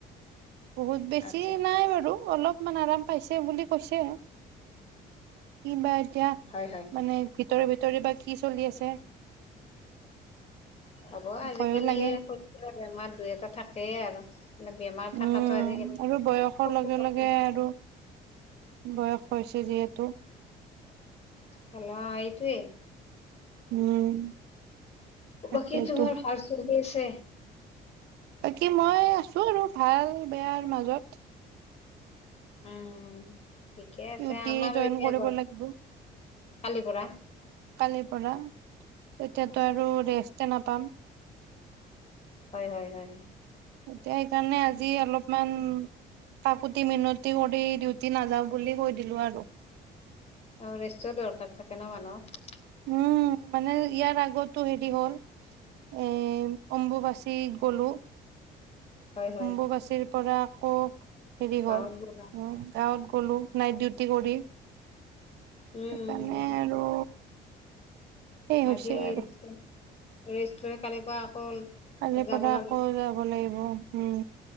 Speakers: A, on the right (about 80°); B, on the left (about 40°).
A: বহুত বেছি
B: আচ্ছা
A: নাই বাৰু অলপ অলপমান আৰাম পাইছে বুলি কৈছে কি বা এতিয়া
B: হয় হয় হয়
A: মানে ভিতৰি ভিতৰি বা কি চলি আছে
B: হব আজিকালি
A: ভয়ো লাগে
B: সৰু সুৰা বেমাৰ দুই এটা থাকেই আৰু মানে বেমাৰ থকাটো
A: উম
B: আজিকালি
A: আৰু বয়সৰ
B: সৰু
A: লগে
B: কথা
A: লগে আৰু বয়স হৈছে যিহেতু
B: হেল্ল এইটোৱে
A: উম তাকেইতো
B: বাকী তোমাৰ ভাল চলি আছে
A: বাকী মই আছো আৰু ভাল বেয়াৰ মাজত
B: উম ঠিকে আছে
A: ডিউটি
B: আমাৰো
A: জইন
B: এতিয়া
A: কৰিব
B: গ
A: লাগিব
B: কালিৰ পৰা
A: কালিৰ পৰা তেতিয়াতো
B: আচ্ছা
A: আৰু ৰেষ্ট নাপাম
B: হয় হয় হয় হয়
A: এতিয়া সেইকাৰণে
B: ঠিকে
A: আজি অলপমান কাকুতি মিনতি কৰি ডিউটি নাযাওঁ বুলি কৈ দিলো আৰু
B: আৰু ৰেষ্টো দৰকাৰ থাকে ন মানুহক৷
A: উম মানে ইয়াৰ আগতো হেৰি হ'ল এ অম্বুবাচীত গলো৷
B: হয় হয়
A: অম্বুবাচীৰ পৰা আকৌ হেৰি
B: গাঁৱত
A: হ'ল
B: গলা
A: উ গাঁৱত গলো নাইট ডিউটি কৰি
B: উম
A: সেইকাৰণে
B: উম উম,
A: আৰু সেই হৈছে
B: আজি
A: আৰু
B: ৰেষ্ট লৈ - লৈ কালিৰ পৰা আকৌ
A: কালিৰ
B: যাব
A: পৰা
B: লাগে
A: আকৌ যাব লাগিব উম৷